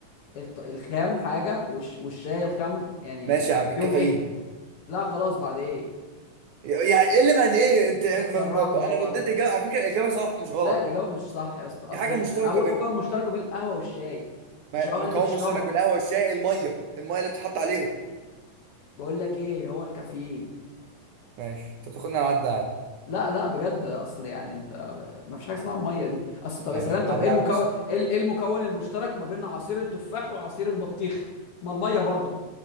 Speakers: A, on the left; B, on the right.
A: الط- الخام حاجة والش... والشاي الخام يعني
B: ماشي يا عم الكافيين
A: يوم ايه لا خلاص بعد ايه
B: يعني ايه اللي بعد ايه انت ما-
A: انت اتسرعت
B: ما-
A: والله
B: انا رديت اجابه على فكره الاجابه صح مش غلط
A: لا الاجابة مش صح يا اسطى اصل
B: دي حاجه
A: انت
B: مشتركه
A: انا بقول
B: بينهم
A: مكون مشترك بين القهوة والشاي
B: ما-
A: مش قهوة
B: مكون
A: اللي انت بتشربها
B: مشترك بالقهوه والشاي الميه الميه اللي بتتحط عليهم
A: بقول لك ايه هو الكافيين
B: ماشي انت بتاخدنا على عدى عادي
A: لا لا بجد اصل يعني انت ب- ما فيش حاجه اسمها الميه دي اصل طب يا
B: ماشي
A: سلام طب
B: عدى
A: ايه المكون
B: على بص
A: ايه ال- إيه المكون المشترك ما بين عصير التفاح وعصير البطيخ ما الميه برضو